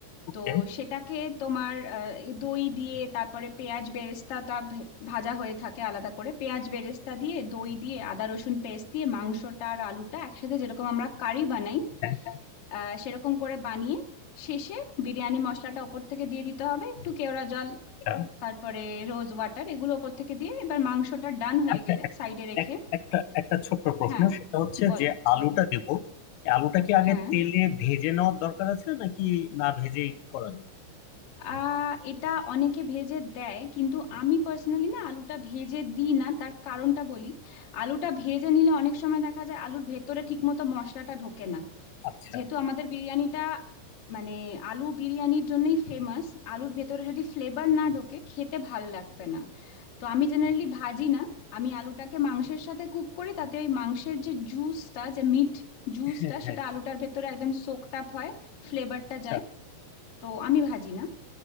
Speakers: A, on the left; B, on the left.
A: ওকে
B: তো সেটাকে তোমার আহ, এই দই দিয়ে তারপরে পেঁয়াজ বেরেস্তাটা ভে- ভাজা হয়ে থাকে আলাদা করে পেঁয়াজ বেরেস্তা দিয়ে দই দিয়ে আদা রসুন পেস্ট দিয়ে মাংসটা আর আলুটা একসাথে যেরকম আমরা কারি বানাই
A: হ্যাঁ
B: আহ সেরকম করে বানিয়ে শেষে বিরিয়ানি মশলাটা ওপর থেকে দিয়ে দিতে হবে একটু কেওড়া জল
A: আচ্ছা
B: তারপরে রোজ ওয়াটার এগুলো ওপর থেকে দিয়ে এবার মাংসটা ডান হয়ে
A: আচ্ছা,
B: গেলে
A: এক-
B: সাইডে রেখে
A: এক- একটা একটা ছোট্ট প্রশ্ন
B: হ্যাঁ
A: সেটা হচ্ছে
B: বলো
A: যে আলুটা
B: বলো
A: দেবো এই আলুটা কি আগে
B: হ্যাঁ
A: তেলে ভেজে নেওয়ার দরকার আছে নাকি না ভেজেই করা যায়
B: আহ এটা অনেকে ভেজে দেয় কিন্তু আমি পার্সোনালি না আলুটা ভেজে দিই না তার কারণটা বলি আলুটা ভেজে নিলে অনেক সময় দেখা যায় আলুর ভেতরে ঠিকমতো মশলাটা ঢোকে না
A: আচ্ছা
B: যেহেতু আমাদের বিরিয়ানিটা মানে আলু বিরিয়ানির জন্যই ফেমাস আলুর ভেতরে যদি ফ্লেভার না ঢোকে খেতে ভাল লাগবে না তো আমি জেনারেলি ভাজি না আমি আলুটাকে মাংসের সাথে কুক করি তাতে ওই মাংসের যে জুসটা যে মিট জুসটা
A: হ্যাঁ হ্যাঁ
B: সেটা আলুটার ভেতরে একদম সোকড আপ হয় ফ্লেভারটা
A: আচ্ছা
B: যায় তো আমি ভাজি না